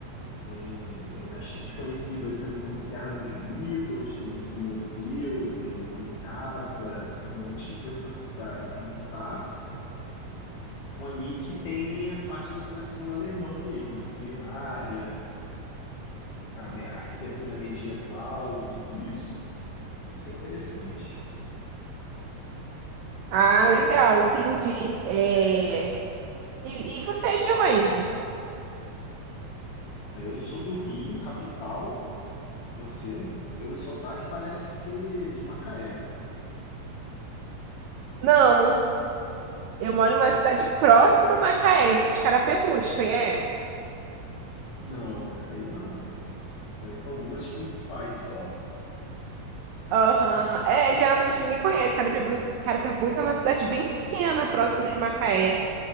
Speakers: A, on the left (about 70°); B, on the right (about 85°).
A: tem, é bastante conhecido aí também como terra dos Beatles, tem, tem museu, tem, tem casa, tem um monte de coisa para visitar. Monique tem a parte da tradição alemã mesmo, a culinária, a, me- a arquitetura medieval, tudo isso. Tudo isso é interessante.
B: Ah, legal, entendi. É, E, e você é de onde?
A: Aí Eu sou do Rio, capital. Você, pelo sotaque, parece ser de Macaé.
B: Não, eu moro em uma cidade próxima a Macaé, eu sou de Carapebus, conhece?
A: Não, essa aí não. Eu conheço algumas principais só.
B: Aham, É, geralmente ninguém conhece. Carapibu- Carapebus é uma cidade bem pequena, próximo de Macaé.